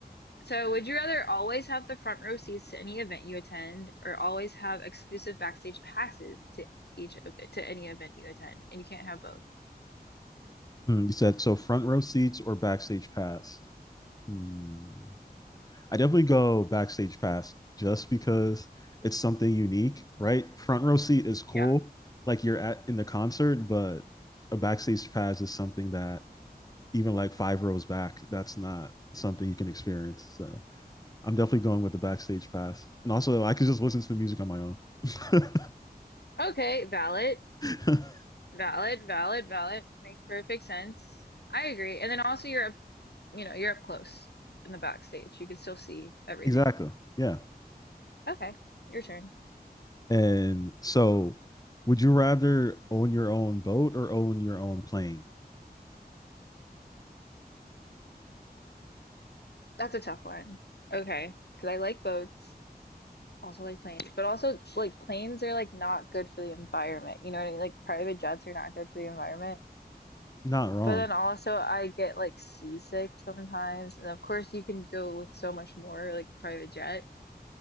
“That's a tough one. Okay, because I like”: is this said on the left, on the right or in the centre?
Left